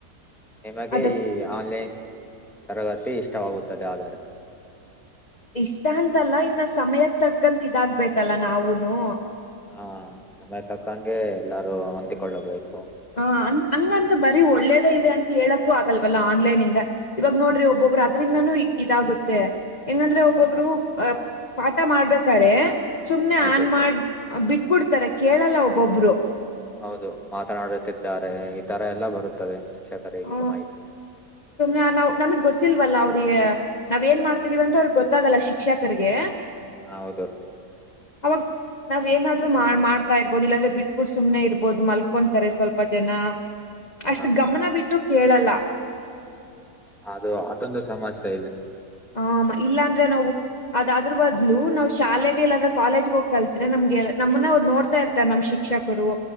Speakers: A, in the centre; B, on the left (about 30°).
A: ನಿಮಗೆ
B: ಅದು
A: ಈ ಆನ್ಲೈನ್. ತರಗತಿ ಇಷ್ಟವಾಗುತ್ತದೆ ಆದರೆ.
B: ಇಷ್ಟ ಅಂತಲ್ಲ ಇನ್ನ ಸಮಯಕ್ ತಕ್ಕಂತ ಇದಾಗ್ ಬೇಕಲ್ಲ ನಾವೂನು.
A: ಹಾ ಸಮಯ ತಕ್ಕಂಗೆ ಎಲ್ಲ ರು ಹೊಂದಿಕೊಳ್ಳಬೇಕು.
B: ಹ ಅಂತ್ ಹಂಗಂತ ಬರೀ ಒಳ್ಳೇದೇ ಇದೆ ಅಂತ ಹೇಳಕ್ಕೂ ಆಗಲ್ವಲ್ಲ ಆನ್ಲೈನ್ ಇಂದ ಇವಾಗ ನೋಡ್ರಿ ಒಬ್ಬೊಬ್ರ ಅದ್ರಿಂದನೂ ಇದಾಗುತ್ತೆ. ಹೆಂಗ್ ಅಂದ್ರೆ ಒಬ್ಬೊಬ್ರು
A: ಹ
B: ಅ ಪಾಠ ಮಾಡ್ಬೇಕಾರೆ. ಸುಮ್ನೆ
A: ಹೌದು
B: ಆನ್ ಮಾಡ್ ಬಿಟ್ಬುಡ್ತಾರೆ ಕೇಳಲ್ಲ ಒಬ್ಬೊಬ್ರು.
A: ಹೌದು ಮಾತನಾಡುತ್ತಿದ್ದಾರೆ ಈ ತರ ಎಲ್ಲಾ ಬರುತ್ತದೆ. ಶಿಕ್ಷಕರಿಗೆ
B: ಹ
A: ಮಾಹಿತಿ
B: ಸುಮ್ನೆ ನಾವ್ ನಮಿಗ್ ಗೊತ್ತಿಲ್ ವಲ್ಲ ಅವ್ರಿಗೆ ನಾವ್ ಏನ್ ಮಾಡ್ತಿದೀವಿ ಅಂತ ಅವ್ರಗ್ ಗೊತ್ತಾಗಲ್ಲ ಶಿಕ್ಷಕರ್ರಿಗೆ.
A: ಹ ಹೌದು.
B: ಅವಾಗ್ ನಾವ್ ಏನಾದ್ರು ಮಾಡ್ ಮಾಡ್ತಾ ಇರ್ಬೋದು ಇಲ್ಲಾಂದ್ರೆ ಬಿಟ್ಬುಟ್ ಸುಮ್ನೆ ಇರ್ಬೋದು ಮಲ್ಕೊಂತಾರೆ ಸ್ವಲ್ಪ ಜನ. ಅಷ್ಟ್
A: ಹ
B: ಗಮನ ಬಿಟ್ ಕೇಳಲ.
A: ಅದು ಅತ್ತುನ್ನು ಸಮಸ್ಯೆ ಇದೆ.
B: ಹ ಇಲ್ಲಾಂದ್ರೆ ನಾವು ಅಡ್ ಅದ್ರು ಬದ್ಲು ನಾವ್ ಶಾಲೆಗೆ ಇಲ್ಲಾಂದ್ರೆ ಕಾಲೇಜ್ಗೆ ಹೋಗ್ ಕಲ್ತ್ರೆ ನಮ್ಗೆ ನಮ್ಮನ್ನ ಅವ್ರು ನೋಡ್ತಾ ಇರ್ತಾರ ನಮ್ ಶಿಕ್ಷಕರು.